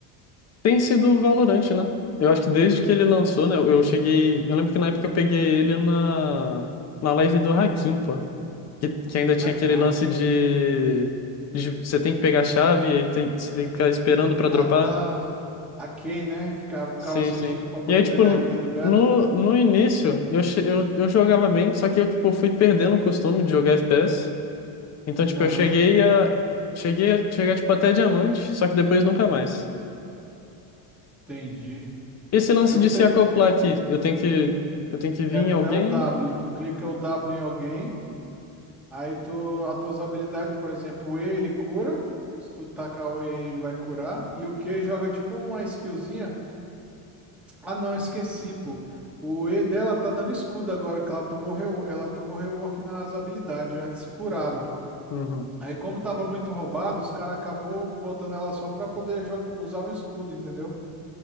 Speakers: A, on the left (about 35°); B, in the centre.
A: Tem sido o Valorant, né? Eu acho que desde que ele lançou, né? Eu eu cheguei. Eu lembro que na época eu peguei ele na, na live do Hakim, pô. Que, que ainda tinha
B: Live
A: aquele
B: do Hakim.
A: lance de, de você tem que pegar a chave e aí tem, você tem que ficar esperando pra dropar.
B: Ah, tá. A Kay, né? Ficava, ficava
A: Sim,
B: assistindo
A: sim.
B: pra poder
A: E aí, tipo,
B: pegar a Kay do beta.
A: no, no início eu, che- eu, eu jogava bem, só que eu, tipo, fui perdendo o costume de jogar FPS. Então, tipo,
B: Aham,
A: eu cheguei a. Cheguei a chegar, tipo, até diamante, só que depois nunca mais.
B: entendi.
A: Esse lance
B: Eu
A: de
B: peguei.
A: se acoplar aqui, eu tenho que, eu tenho que vir
B: É,
A: em
B: no-
A: alguém?
B: é o W, tu clica o W em alguém. Aí tu, as tuas habilidades, por exemplo, o E ele cura. Se tu tacar o E aí, ele vai curar. E o Q joga tipo uma skillzinha. Ah, não, esqueci, pô. O E dela tá dando escudo agora, que ela tomou, reo- ela tomou rework nas habilidades. Antes curava.
A: Uhum.
B: Aí, como tava muito roubado, os caras acabou botando ela só pra poder jo- usar um escudo, entendeu?